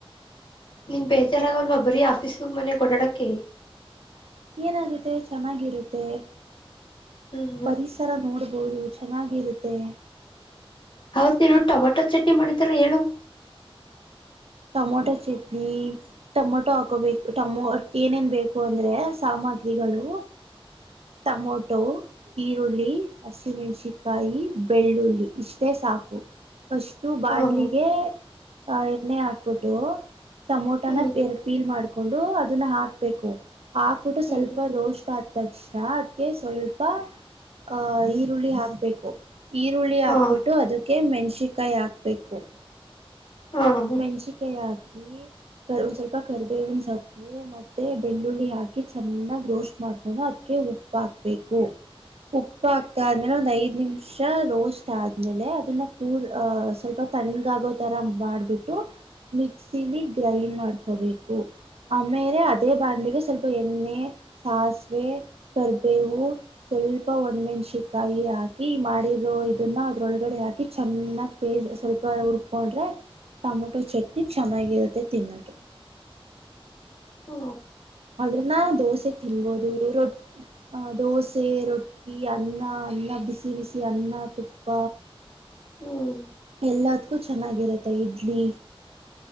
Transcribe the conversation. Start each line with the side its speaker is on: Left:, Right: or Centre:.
Left: ನಿಮ್ ಬೇಜಾರಾಗಲ್ವಾ ಬರೀ ಆಫೀಸು ಮನೆ ಓಡಾಡಕ
Right: ಏನಾಗುತ್ತೆ ಚೆನ್ನಾಗಿರುತ್ತೆ
Left: ಹ್ಮ್
Right: ಪರಿಸರ ನೋಡಬ ಆಬೋದು ಚೆನ್ನಾಗಿರುತ್ತೆ
Left: ಹೌತ್ ನೀನು ಟೊಮಾಟೊ ಚಟ್ನಿ ಮಾಡಿದ್ದಲ್ಲ ಹೇಳು
Right: ಟೊಮೊಟೊ ಚಟ್ನಿ ಟೊಮೊಟೊ ಹಾಕೋಬೇಕು ಟಮೋ ಏನೇನ್ ಬೇಕು ಅಂದ್ರೆ ಸಾಮ ಮಾತ್ರಿಗಳು ಟಮೊಟೋ ಈರುಳ್ಳಿ ಹಸಿಮೆಣಸಿಕಾಯಿ ಬೆಳ್ಳುಳ್ಳಿ ಇಷ್ಟೇ ಸಾಕು ಫಸ್ಟ್ ಬಾಣ್ಲಿಗೆ
Left: ಹಾ
Right: ಎಣ್ಣೆ ಹ ಬಿಟ್ಟು ಟಮೋಟನ
Left: ಹ್ಮ್
Right: ಎರ ಪೀಲ್ ಮಾಡ್ಕೊಂಡು ಅದನ್ನ ಹಾಕ್ಬೇಕು ಹಾಕ್ಬಿಟ್ಟು
Left: ಹ್ಮ್
Right: ಸ್ವಲ್ಪ ರೋಸ್ಟ್ ಆ ತಕ್ಷ ಅದಕ್ಕೆ ಸ್ವಲ್ಪ ಅಹ ಈರುಳ್ಳಿ ಹಾಕ್ಬೇಕು ಈರುಳ್ಳಿ ಹಾಕ್ಬಿಟ್ಟು
Left: ಹಾ
Right: ಅದಕ್ಕೆ ಮೆಣಸಕಾಯಿ ಹಾಕಬೇಕು
Left: ಹಾ
Right: ಮೆಂಷಿಿಕ ಯಾದ ಹಾಕಿ ಒಂದ್ ಸ್ವಲ್ಪ ಕರಿಬೇವಿನ ಸೊಪ್ಪು ಮತ್ತೆ ಬೆಳ್ಳುಳ್ಳಿ ಹಾಕಿ ಾಕಿ ಚೆನ್ನಾಗ್ ರೋಸ್ಟ್ ಮಾಡ್ಕೊಂಡು ಅದಕ ಉಪ್ಪ ಹಾಕ್ಬೇಕು ಉಪ್ಪ ಆಗ್ತ ಆದ್ಮೇಲೆ ಒಂದ್ ಐದ್ ನಿಮಿಷ ರೋಸ್ಟ್ ಆದ್ಮೇಲೆ ಅದನ್ನ ಕೂಲ್ ಅ ಸ್ವಲ್ಪ ತಣ್ಗ ಆಗೋ ತರ ಮಾಡ್ಬಿಟ್ಟು ಮಿಕ್ಸಿಲಿ ಗ್ರೈಂಡ್ ಮಾಡ್ಕೋಬೇಕು ಆಮೇಲೆ ಅದೇ ಬಾಂಡಿಗೆ ಸ್ವಲ್ಪ ಎಣ್ಣೆ ಸಾಸಿವೆ ಕರ್ಬೇವು ಸ್ವಲ್ಪ ಒಣ್ ಮೆಣಸಿಕಾಯಿ ಹಾಕಿ ಮಾಡಿರೋ ಇದನ್ನ ಅದ್ರೊಳಗಡೆ ಹಾಕಿ ಚೆನ್ನಾಗಿ ಪೇಯ ಸ್ವಲ್ಪ ಹುರ್ಕೊಂಡ್ರೆ ಟೊಮೊಟೊ ಚಟ್ನಿ ಚೆನ್ನಾಗಿರುತ್ತೆ ತಿನ್ನೋಕ್ಕೆ
Left: ಹ್ಮ
Right: ಅದ್ರನ್ನ ದೋಸೆ ತಿನ್ಬೋದು ರೊ ದೋಸೆ ರೊಟ್ಟಿ ಅನ್ನ ಅನ್ನ ಬಿಸಿ ಬಿಸಿ ಅನ್ನ ತುಪ್ಪ
Left: ಹ್ಮ್
Right: ಎಲ್ಲದ್ಕ್ಕೂ ಚೆನ್ನಾಗಿರುತ್ತೆ ಇಡ್ಲಿ